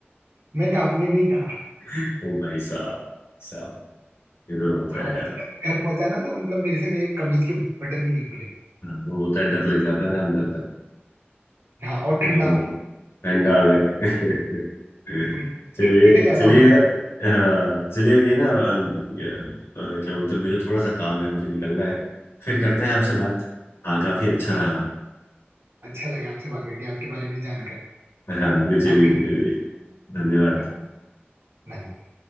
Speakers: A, on the right; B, on the left.
A: मैं कांपने में ही था
B: <laughs> ओ भाई साहब साहब ये तो होता
A: हाँ
B: है यार
A: तो जब मैं घर पहुंचा ना तो मतलब मेरे से मेरे कमीज के बटन भी नहीं खुले
B: हाँ, वो होता है डर लग जाता है ना अंदर तक
A: हाँ और
B: हम्म,
A: ठंडा
B: ठंडा अलग <laughs>
A: हुई
B: चलिए
A: ठंडी का ज्यादा
B: चलिए
A: हो
B: यार
A: गया
B: हाँ चलिए अब ये ना अम, ये, अ, क्या बोलते हैं मुझे थोड़ा सा काम है मुझे निकलना है फिर करते हैं आपसे बात हाँ काफी अच्छा रहा
A: हाँ अच्छा लगा आपसे बात करके आपके बारे में जानकर
B: हाँ मुझे
A: आपके
B: भी मुझे
A: लिए।
B: भी धन्यवाद
A: हाँ धन्यवाद